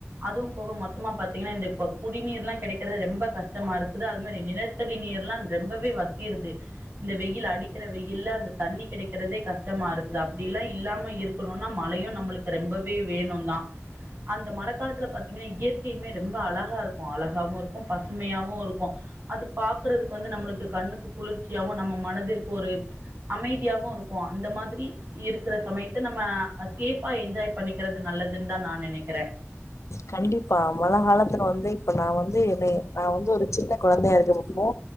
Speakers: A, on the right (about 55°); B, on the left (about 85°).
A: அதுவு போக மொத்தமா பாத்தீங்கன்னா இந்த இப்ப குடிநீர் எல்லா கெடைக்குற ரொம்ப கஷ்டமா இருக்குது அது மாரி நிலத்தடி நீர் ரொம்பவே வத்திருது இந்த வெயில் அடிக்குற வெயில்ல அந்த தண்ணி கெடைக்குறதே கஷ்டமா இரு குது அப்டில்லா இல்லாம இருக்கணுனா மழையு நம்மளு கு ரொம்பவே வேணுதா அந்த மழ காலத்துல பாத்தீங்கன்னா இயற்கையுமே ரொம்ப அழகா இரு க்கு அழகாவு இருக்கு பசுமையாவு இருக்கு அது பாக்குறதுக்கு வந்து நம்மளுக்கு கண்ணுக்கு குளிர் ச்சியாவு நம்ம மனதிற்கு ஒரு அமைதியாவு இருக்கு அந்த மாதிரி இருக்குற சமய த்த நம்ம சேஃபா என்ஜாய் பண்ணிக்குறது நல்லதுன்தா நா நெனைக்குறே.
B: கண்டிப்பா மழ காலத்துல வந்து இப்ப நா வந்து என்னை நா வந்து ஒரு சின்ன கொழந்தையா இருக்கப்போ